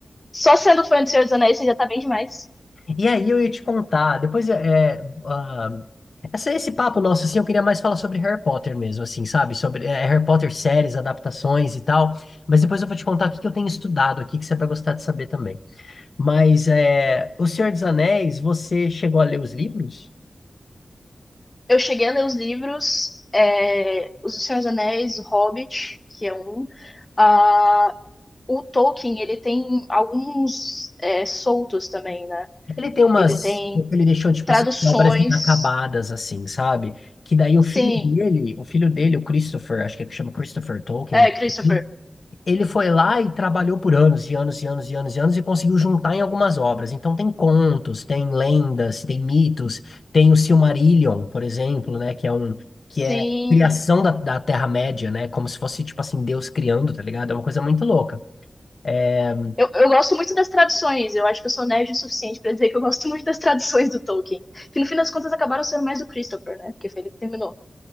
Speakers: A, on the left (about 30°); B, on the left (about 70°).
A: Só sendo fã de Senhor dos Anéis, você já tá bem demais.
B: E aí eu ia te contar, depois é, é, ah, Essa, esse papo nosso, assim, eu queria mais falar sobre Harry Potter mesmo, assim, sabe? Sobre eh, Harry Potter séries, adaptações e tal. Mas depois eu vou te contar o que que eu tenho estudado aqui, que você vai gostar de saber também. Mas é, O Senhor dos Anéis, você chegou a ler os livros?
A: Eu cheguei a ler os livros, é, os do Senhor dos Anéis, o Hobbit, que é um. ah, o Tolkien, ele tem alguns é, soltos também, né?
B: Ele tem umas...
A: Ele tem
B: Ele deixou, tipo
A: traduções.
B: assim, obras inacabadas, assim, sabe? Que daí o filho
A: Sim.
B: dele, o filho dele, o Christopher, acho que é que chama Christopher Tolkien,
A: É,
B: uma coisa
A: Christopher.
B: assim, Ele foi lá e trabalhou por anos e anos e anos e anos e anos e conseguiu juntar em algumas obras. Então tem contos, tem lendas, tem mitos, tem o Silmarillion, por exemplo, né, que é um que
A: Sim.
B: é a criação da, da Terra-média, né, como se fosse tipo assim Deus criando, tá ligado? É uma coisa muito louca. É,
A: Eu, eu gosto muito das traduções, eu acho que eu sou nerd o suficiente pra dizer que eu gosto muito das traduções do Tolkien. Que no fim das contas acabaram sendo mais do Christopher, né? Porque foi ele que terminou.